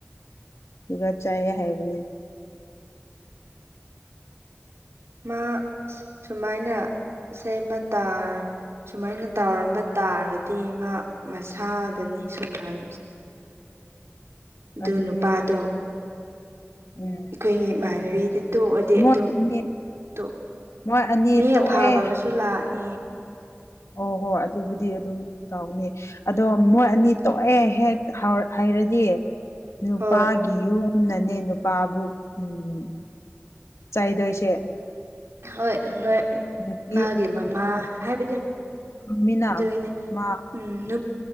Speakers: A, on the left; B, on the right.
A: ꯏꯕꯥ ꯆꯥꯏ ꯍꯥꯏꯕꯅꯦ
B: ꯃꯥ ꯁꯨꯃꯥꯏꯅ ꯁꯦꯝꯕ ꯇꯥꯔ ꯁꯨꯃꯥꯏꯅ ꯇꯧꯔꯝꯕ ꯇꯥꯔꯗꯤ ꯃꯥ ꯃꯁꯥꯗꯅꯤ ꯁꯨꯝꯗꯟ
A: <inaudible>
B: ꯑꯗꯨ
A: ꯑꯗꯨꯅꯦ
B: ꯅꯨꯄꯥꯗꯣ
A: ꯎꯝ
B: ꯑꯩꯈꯣꯏꯒꯤ ꯏꯃꯥꯟꯅꯕꯤꯗ ꯇꯣꯛꯑꯗꯤ
A: ꯃꯣꯏ
B: ꯑꯗꯨꯝ
A: ꯑꯅꯤ
B: ꯇꯣꯛ
A: ꯃꯣꯏ ꯑꯅꯤ
B: ꯃꯤ
A: ꯇꯣꯛꯑꯦ
B: ꯑꯐꯕꯁꯨ ꯂꯥꯛꯅꯤ
A: ꯍꯣꯏ ꯍꯣꯏ ꯑꯗꯨꯕꯨꯗꯤ ꯑꯗꯨꯝ ꯇꯧꯅꯤ ꯑꯗꯣ ꯃꯣꯏ ꯑꯅꯤ
B: ꯑꯗꯨꯅꯤ
A: ꯇꯣꯛꯑꯦ ꯍꯦꯛ ꯍꯥꯏꯔꯗꯤ ꯅꯨꯄꯥꯒꯤ
B: ꯍꯣꯏ
A: ꯌꯨꯝꯅꯅꯦ ꯅꯨꯄꯥꯕꯨ ꯎꯝ ꯆꯥꯏꯗꯣꯏꯁꯦ
B: ꯍꯣꯏ ꯅꯣꯏ
A: ꯅꯨꯄꯤ
B: ꯃꯥꯒꯤ ꯃꯃꯥ ꯍꯥꯏꯕꯗꯤ
A: ꯃꯤꯅꯥ
B: ꯑꯗꯨꯒꯤꯅꯦ
A: ꯃꯥ
B: ꯎꯝ